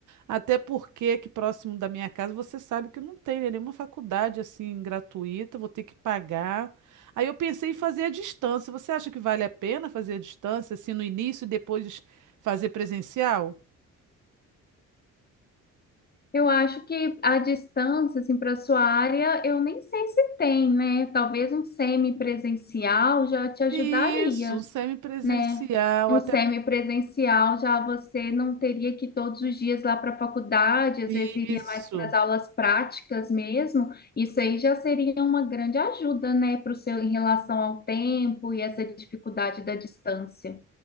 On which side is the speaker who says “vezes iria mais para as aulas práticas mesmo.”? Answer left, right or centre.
Left